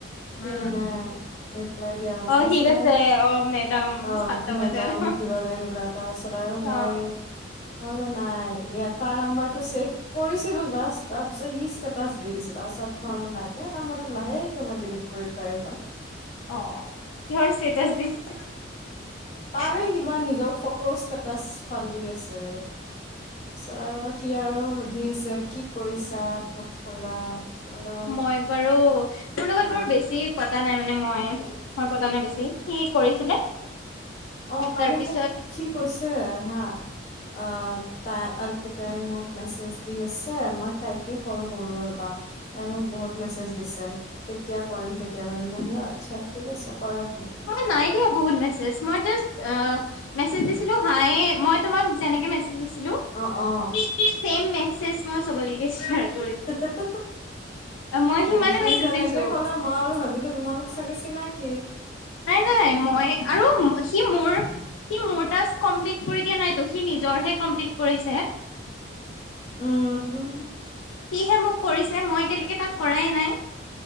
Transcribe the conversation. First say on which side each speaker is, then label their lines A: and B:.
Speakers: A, on the left; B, on the left.
A: সি
B: উম
A: মানে, ৰিপ্লাই দিয়া হ'ল
B: অ
A: তাৰপিছত
B: সি কৈছে
A: আৰু,
B: অ মেডাম
A: অ,
B: সাতটা
A: মেডাম
B: বজাত
A: কিবা এনেকুৱা এটা তাৰপিছত আৰু মই
B: অ
A: মই বোলো নাই, এ তাৰ নাম্বাৰটো ছেভ কৰিছিলোঁ জাষ্ট তাৰপিছত ই ষ্টেটাছ দি দিছে তাৰপিছত ভাবিলোঁ নাই এই নম্বৰটো লাহেকে মই ডিলিট কৰি থোৱাই ভাল।
B: অ', কিহৰ ইচটেটাচ দি এ
A: তাৰে কিবা নিজৰ ফটোৰ ষ্টেটাচ ফালি আছিল, তাৰপিছত আৰু সি আৰু সুধি আছে কি কৰিছা, ভাত খালা? বোলো
B: মই বাৰু তোৰ লগত
A: নাই
B: বাৰু বেছি পতা নাই মানে মই, মই পতা নাই বেছি সি কৰিছিলে
A: অ কালি
B: তাৰপিছত
A: মোক সি কৈছে হা, অ তাই অপিতাই মোক মেছেজ দি আছে মই তাইকে কল কৰো ৰবা তাই মোক বহুত মেছেজ দিছে কেতিয়া কৰিম কেতিয়া কৰিম মান আচ্ছা ঠিক আছে। কৰা তুমি
B: মই নাই দিয়া বহুত মেজ মই জা আ মেছেজ দিছিলো হায় মই তোমাক যেনেকে মেছেজ দিছিলো, দিছিলো
A: অ অ
B: চেম মে চে মই চবলৈ চে
A: <unintelligible>
B: মই
A: নাই
B: সিমানে
A: সি
B: মেছেজ
A: যেনেকে
B: দিছো
A: কলে মই আৰু ভাবিলো তোমাল চাগে চি নাই কি।
B: নাই নাই মই আৰু সি মোৰ সি মোৰ টাচ কমপ্লিট কৰি দিয়া নাইতো সি নিজৰহে কমপ্লিট কৰিছে।
A: উম
B: সিহে মোক কৰিছে মই এতিয়ালৈকে তাক কৰায়ে নাই।